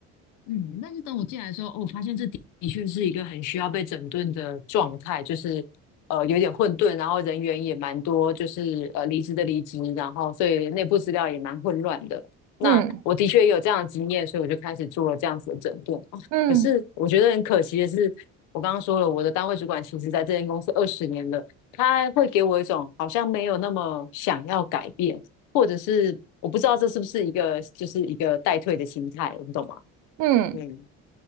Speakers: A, on the left; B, on the right.
A: 嗯，但是等我进来的时候，哦，我发现这的的确是一个很需要被整顿的状态，就是呃有点混沌，然后人员也蛮多，就是呃离职的离职，然后所以内部资料也蛮混乱的。那我的确也有这样的经验，
B: 嗯
A: 所以我就开始做了这样子的整顿。哦可是我觉得很可惜的是，
B: 嗯
A: 我刚刚说了，我的单位主管其实在这间公司二十年了，他会给我一种好像没有那么想要改变，或者是我不知道这是不是一个就是一个待退的心态，你懂吗？
B: 嗯。
A: 嗯，